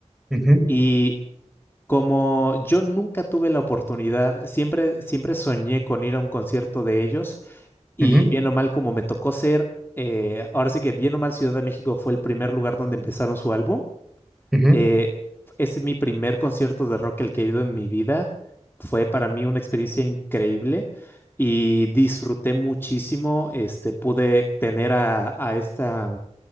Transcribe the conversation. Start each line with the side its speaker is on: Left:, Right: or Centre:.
Centre: ujú,
Left: Y como yo nunca tuve la oportunidad, siempre, siempre soñé con ir a un concierto de ellos y
Centre: ujú,
Left: bien o mal como me tocó ser, eh, ahora sí que bien o mal Ciudad de México fue el primer lugar donde empezaron su álbum.
Centre: ujú,
Left: eh, es mi primer concierto de rock el que he ido en mi vida. Fue para mí una experiencia increíble y disfruté muchísimo. Este, pude tener a, a esta